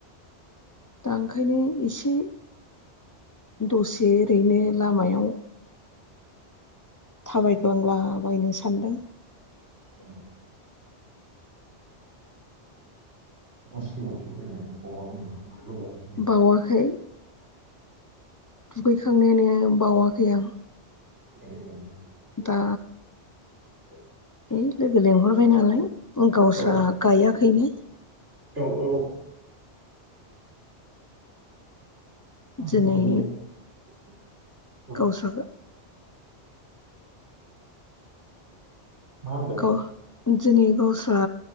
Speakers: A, on the left (about 30°); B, on the right (about 85°).
A: दा ओंखायनो एसे दसे ओरैनो लामायाव। थाबायग्लांलाबायनो सानदों।
B: ओं <unintelligible>
A: बावाखै। दुगैखांनायानो बावाखै आं।
B: <unintelligible>
A: दा
B: <inaudible>
A: है लोगो लेंहरबाय नालाय गावस्रा
B: औ
A: गायाखैनो।
B: औ औ
A: दिनै
B: बिदिनो <inaudible>
A: गावस्राखो
B: मा होनदों
A: गाव दिनै गावस्रा